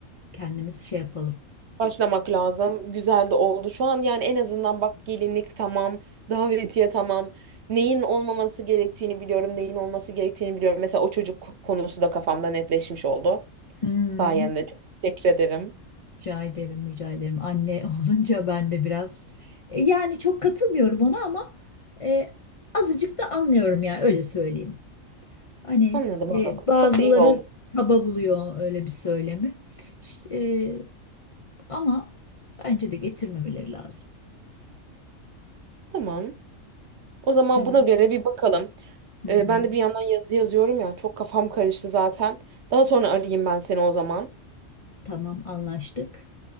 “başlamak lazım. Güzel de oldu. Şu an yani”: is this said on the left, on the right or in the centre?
Right